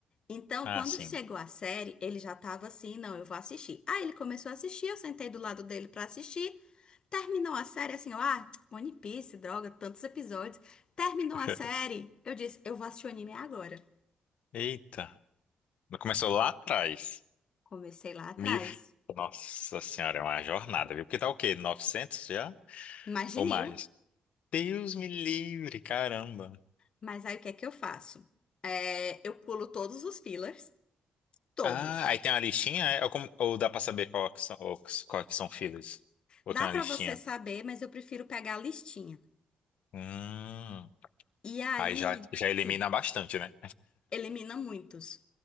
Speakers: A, on the left (about 40°); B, on the left (about 70°).
A: Então,
B: Ah,
A: quando
B: sim.
A: chegou a série, ele já tava assim, não, eu vou assistir. Aí ele começou a assistir, eu sentei do lado dele pra assistir. Terminou a série assim, ó, ah, One Piece, droga, tantos episódios. Terminou
B: <laughs>
A: a série, eu disse, eu vou assistir o anime agora.
B: Eita. Começou lá atrás.
A: Comecei lá atrás,
B: Me- Nossa senhora, é uma jornada, viu? Porque tá o quê? 900 já?
A: mais
B: Ou
A: de mil.
B: mais? Deus me livre, caramba.
A: Mas aí o que é que eu faço? É, eu pulo todos os fillers, todos.
B: Ah, aí tem uma listinha? é? Ou, como- ou dá pra saber qual que são, ou que- qual que são filhos? Ou
A: Dá
B: tem uma
A: pra
B: listinha?
A: você saber, mas eu prefiro pegar a listinha.
B: Hum,
A: E aí,
B: aí já, já elimina
A: sim,
B: bastante, né?
A: elimina muitos.